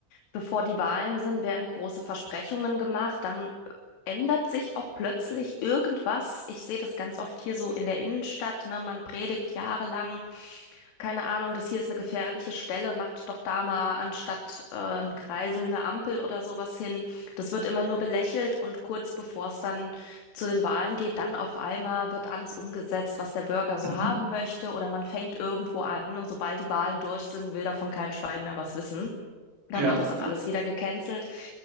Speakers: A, on the left; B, on the right.
A: bevor die Wahlen sind, werden große Versprechungen gemacht, dann ändert sich auch plötzlich irgendwas. Ich sehe das ganz oft hier so in der Innenstadt, ne? Man predigt jahrelang keine Ahnung, das hier ist eine gefährliche Stelle, macht doch da mal anstatt äh, ein Kreisel eine Ampel oder sowas hin. Das wird immer nur belächelt und kurz bevor es dann zu den Wahlen geht, dann auf einmal wird alles umgesetzt, was der Bürger so
B: Mhm.
A: haben möchte oder man fängt irgendwo an und sobald die Wahlen durch sind, will davon kein Schwein mehr was wissen. Dann
B: Ja,
A: wird das alles
B: d-
A: wieder gecancelt.